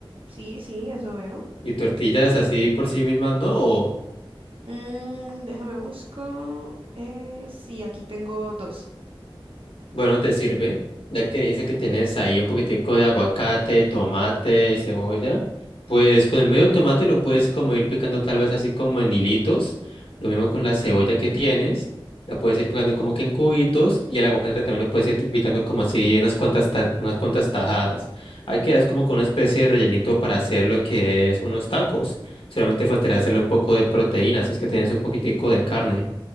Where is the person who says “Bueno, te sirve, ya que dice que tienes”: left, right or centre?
Left